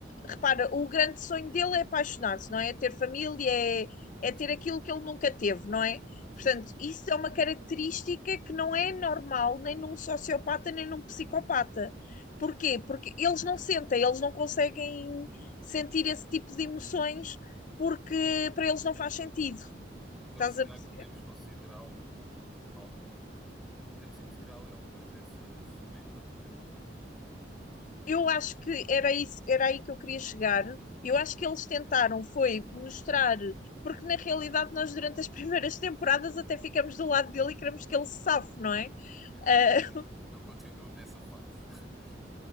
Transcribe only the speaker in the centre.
Sim,
sim.
sim.
Então,
será
que podemos considerá-lo algum. Podemos integrá-lo em algumas dessas nomenclaturas?
Epá,
eu continuo, eu continuo nessa fase. <laughs>